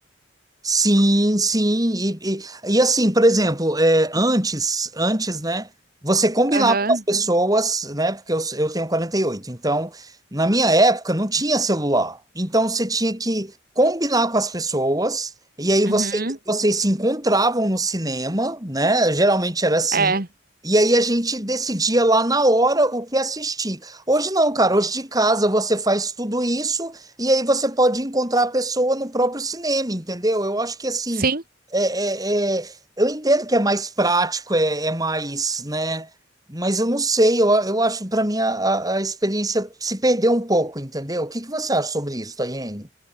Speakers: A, on the right; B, on the right.
A: Sim, sim. E, e, e assim, por exemplo, é, antes, antes, né? Você combinava
B: Aham.
A: com as pessoas, né? Porque eu, eu tenho 48. Então, na minha época, não tinha celular. Então, você tinha que combinar com as pessoas. E aí, você,
B: Uhum.
A: vocês se encontravam no cinema, né? Geralmente era assim.
B: É.
A: E aí, a gente decidia lá na hora o que assistir. Hoje não, cara. Hoje de casa você faz tudo isso. E aí você pode encontrar a pessoa no próprio cinema, entendeu? Eu acho que assim,
B: Sim.
A: é, é- é- eu entendo que é mais prático, é, é mais, né? Mas eu não sei, eu, eu acho, para mim, a, a- a experiência se perdeu um pouco, entendeu? O que que você acha sobre isso, Tayene?